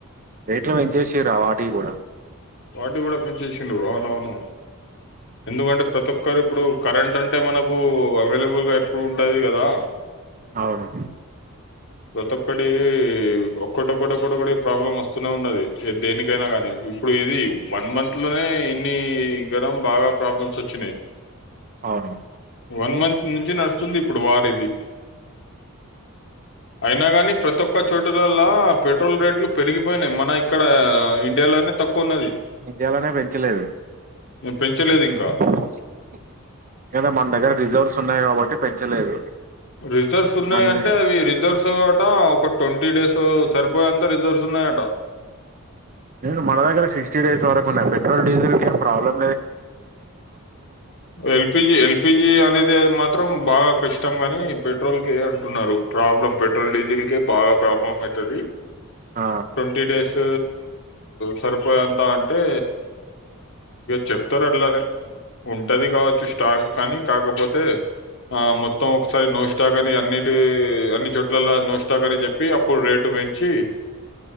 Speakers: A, on the right; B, on the left.
A: రట్ల విజయశ్రీరావు వాటివి కూడా
B: వాటి కూడా పెంచేసిండు అవునవును ఎందుకంటే ప్రతి ఒక్కరు ఇప్పుడు కరెంట్ అంటే మనకు అవైలబుల్గా ఎప్పుడు ఉంటుది కదా
A: అవును
B: ప్రతి ఒక్కటి ఒక్కటొక్కటిొక్కటొ ఒకటి ప్రాబ్లమ్ వస్తూనే ఉన్నది దేనికైనా కాగానీ వన్ మంత్లోనే ఇన్ని గరం బాగా ప్రాబ్లమ్స్ వచ్చినాయి
A: అవును
B: వన్ మంతంత్ నుంచి నడుస్తుంది ఇప్పుడు వారి ఇది అయినా కాని ప్రతి ఒక్క చోటులలా పెట్రోల్ రేట్లు పెరిగిపోయినాయి మన ఇక్కడ ఇండియాలోనే తక్కువ ఉన్నది
A: ఇండిలానే పెంచలేదుదా
B: పెంచలేదు ఇంకా
A: మన దగ్గర రిజర్వ్స్ ఉన్నాయి కాబట్టి పెంచలేదు
B: రిజర్వస్ ఉన్నాయి
A: మళ్ళీ
B: అంటే అవి రిజర్వస్ అ ఒక ట్వంటీ డేస్ సరిపోయంత రిజర్ట్స్ ఉన్నాయట
A: నేనున దగ్గర సిక్స్టీ డేస్ వరకు ఉన్నాయి పెట్రోల్ డీజిల్కి ఏ ప్రాబ్లమ్
B: ఎల్పిజి ఎల్పిజి అనేది మాత్రం బాగా కష్టం గాని పెట్రోల్ కే అంటున్నారు ప్రాబ్లం పెట్రోల్ డీజిల్ కే బాగా ప్రాబ్లం అవుతది
A: ఆ
B: ట్వంట డేస్ సరిపో అంతా అంటే చెప్తారు అట్లానే ఉంటది కావచ్చు స్టాక్ కానీ కాకపోతే ఆ మొత్తం ఒకసారి నో స్తా కాని అన్నిటి అన్ని చుట్ట ఇలలా నోస్తాకని చెప్పి ఇప్పుడు రేటు పెంచి